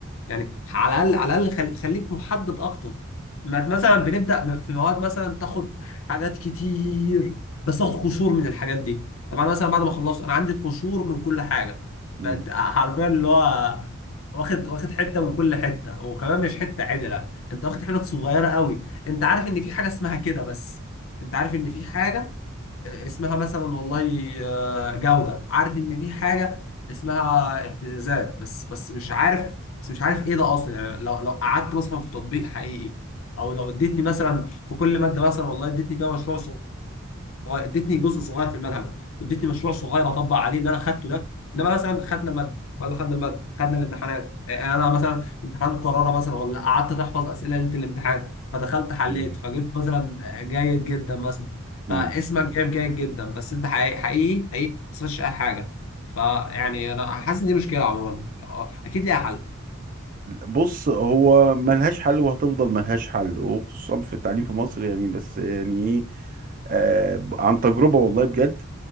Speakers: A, on the left; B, on the right.
A: يعني على الاقل على الاقل خل- خليك محدد اكتر ما- مثلا بنبدا في مواد مثلا تاخد حاجات كتير بس تاخد قشور من الحاجات دي طب انا مثلا بعد ما خلصت انا عندي قشور من كل حاجه
B: مم.
A: بقت حرفيا اللي هو واخد واخد حته من كل حته وكمان مش حته عدله انت واخد حتت صغيره قوي انت عارف ان في حاجه اسمها كده بس انت عارف ان في حاجه اسمها مثلا والله آه، جودة عارف ان في حاجة اسمها اهتزازات بس بس مش عارف بس مش عارف ايه ده اصلا يعني لو لو قعدت مثلا في تطبيق حقيقي او لو اديتني مثلا في كل مادة مثلا والله اديتني فيها مشروع صغير ادتني جزء صغير في المنهج ادتني مشروع صغير اطبق عليه اللي انا خدته ده انما مثلا خدنا الماده ولا خدنا الماده خدنا الامتحانات آه، يعني انا مثلا امتحان مكرره مثلا ولا قعدت تحفظ اسئله ليله الامتحان فدخلت حليت
B: مم.
A: فجبت مثلا آه، جيد جدا مثلا فاسمك
B: مم.
A: جايب جيد جدا بس انت حقيقي حقيقي حقيقي ما استفدتش اي حاجه فيعني انا حاسس ان دي مشكله عموما آه، اكيد ليها حل
B: بص هو ملهاش حل وهتفضل ملهاش حل وخصوصا في التعليم في مصر يعني بس يعني ايه آه ب- عن تجربة والله بجد